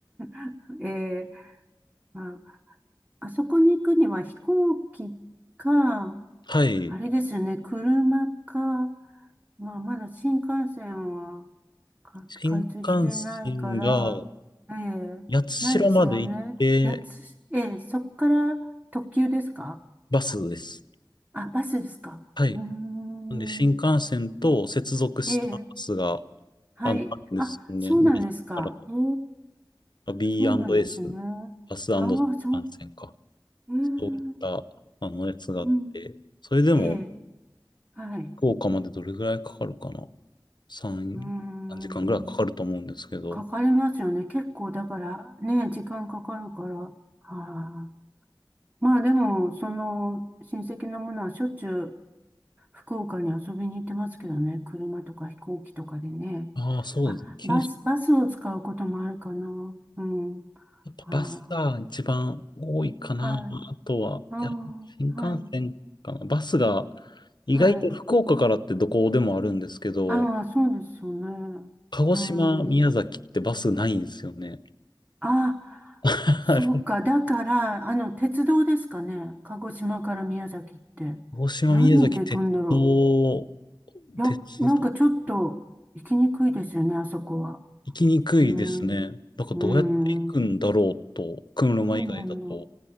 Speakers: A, on the right; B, on the left.
A: <laughs> ええ、まあ、あそこに行くには飛行機か、
B: はい。
A: あれですよね、車か、まあ、まだ新幹線はか開通してないから、
B: 新幹線が、
A: ええ、
B: 八代まで行って、
A: ないですもんね。やつ、ええ、そっから特急ですか
B: バスです。
A: あ、バスですかうーん、
B: はい。なんで、新幹線と接続したバスが、
A: ええ、はい。
B: あの、あるんですよね。
A: あ、そうなんですか。
B: 皆さんか
A: ええ、
B: ら、B&S、
A: そうなんですね。
B: バス新幹線か。
A: ああ、そう、ええ、
B: そういった、あの、やつがあって、
A: うん、
B: それでも、
A: ええ、はい。
B: 福岡までどれぐらいかかるかな。3、
A: うーん
B: 3時間ぐらいかかると思うんですけど。
A: かかりますよね。結構だからね、時間かかるから。ああ、まあでも、その親戚のものはしょっちゅう福岡に遊びに行ってますけどね。車とか飛行機とかでね。
B: ああー、そうですね。
A: あ、
B: 九州、
A: バス、バスを使うこともあるかな。うん。は
B: やっぱバスが一番多いかな。
A: あ、はい。
B: あとは、
A: あ
B: いや、新幹線かな。
A: あ、はい。
B: バスが、意外と福岡からってどこでもあるんですけど、
A: はい。ああ、そうですよね。
B: 鹿児島、
A: うん。
B: 宮崎ってバスないんですよね。
A: あ、
B: <laughs>
A: そうか。
B: はい
A: だから、あの、鉄道ですかね。鹿児島から宮崎って。
B: 鹿児島、
A: 何で行くんだろ
B: 宮崎、鉄道、
A: う。いや、
B: 鉄道、
A: なんかちょっと行きにくいですよね、あそこは。
B: 行きにくいですね。
A: うん、
B: なんかどうやって行くんだろうと、
A: うん、
B: 車以外だと、
A: そうなん